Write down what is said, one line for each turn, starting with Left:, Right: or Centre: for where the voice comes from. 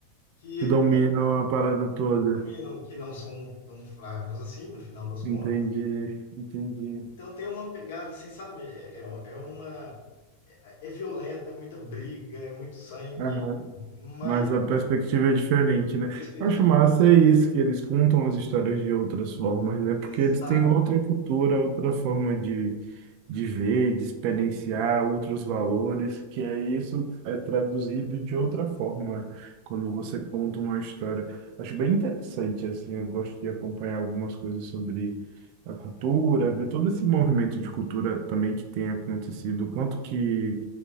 Left: que
Right: Que dominam a parada toda.
Left: dominam, que não são tão fracos assim, no final das contas
Right: Entendi, entendi.
Left: Então tem uma pegada assim, sabe? É, é, é uma. É violenta, é muita briga, é muito sangue,
Right: Aham.
Left: mas
Right: Mas a perspectiva é diferente, né?
Left: a perspectiva
Right: Eu acho massa é isso, que eles contam as histórias de outras formas, né? Porque
Left: é exata,
Right: eles têm outra cultura, outra forma de de ver, de experienciar outros valores, que é isso é traduzido de outra forma quando você conta uma história. Acho bem interessante, assim, eu gosto de acompanhar algumas coisas sobre a cultura, ver todo esse movimento de cultura também que tem acontecido, quanto que